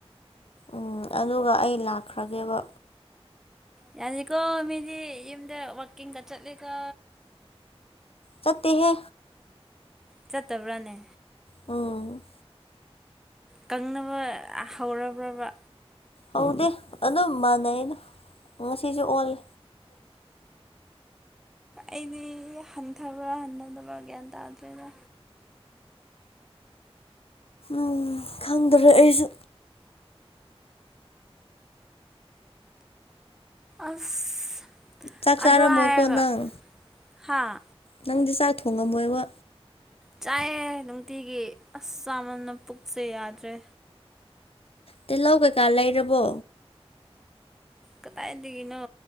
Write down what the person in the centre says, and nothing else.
ꯌꯥꯗꯦꯀꯣ ꯃꯤꯗꯤ ꯌꯨꯝꯗ ꯋꯥꯔꯀꯤꯡꯒ ꯆꯠꯂꯤꯀꯣ
ꯆꯠꯇꯕ꯭ꯔꯥꯅꯦ
ꯀꯪꯅꯕ ꯍꯧꯔꯕ꯭ꯔꯕ
ꯑꯩꯗꯤ ꯍꯟꯊꯕ꯭ꯔꯥ ꯍꯟꯊꯗꯕ꯭ꯔꯥ ꯒ꯭ꯌꯥꯟ ꯇꯥꯗ꯭ꯔꯦꯗ
ꯑꯁ
ꯑꯗꯨ
ꯍꯥꯏꯔꯒ
ꯍꯥꯥ
ꯆꯥꯏꯑ ꯅꯨꯡꯇꯤꯒꯤ ꯑꯁ ꯆꯥꯃꯝꯅ ꯄꯨꯛꯁꯦ ꯌꯥꯗ꯭ꯔꯦ
ꯀꯗꯥꯏꯗꯒꯤꯅꯣ